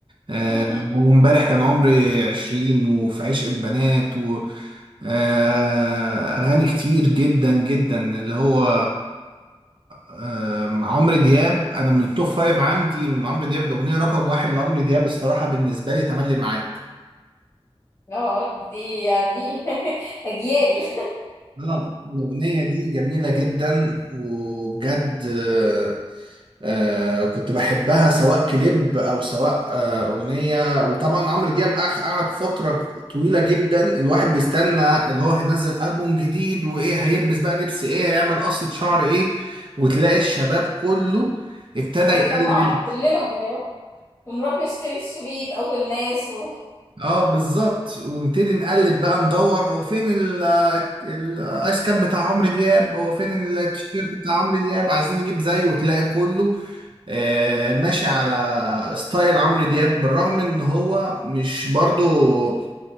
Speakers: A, on the right; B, on the left.
A: آه،
B: <laughs>
A: وامبارح كان عمري عشرين وفي عشق البنات آه، اغاني كتير جدا جدا اللي هو آه، عمرو دياب انا من التوب فايف عندي من عمرو دياب الاغنيه رقم واحد لعمرو دياب الصراحه بالنسبه لي تملي معاك
B: اه دي يعني <laughs> اجيال
A: آه، الأغنية دي جميلة جدا وبجد آه، آه، كنت بحبها سواء كليب أو سواء آه، أغنية وطبعا عمرو دياب أخ- قعد فترة طويلة جدا الواحد بيستنى اللي هو هينزل ألبوم جديد وإيه هيلبس بقى لبس إيه هيعمل قصة شعر إيه وتلاقي الشباب كله ابتدى
B: اه
A: يقلد
B: طبعا كلنا الجيران ونروح نشتري الشريط اول ناس و
A: اه بالظبط ونبتدي نقلب بقى ندور هو فين ال- ال- الايس كاب بتاع عمرو دياب هو فين التيشيرت بتاع عمرو دياب عايزين نجيب زيه وتلاقي كله آه ماشي على ستايل عمرو دياب من الرغم ان هو مش برضو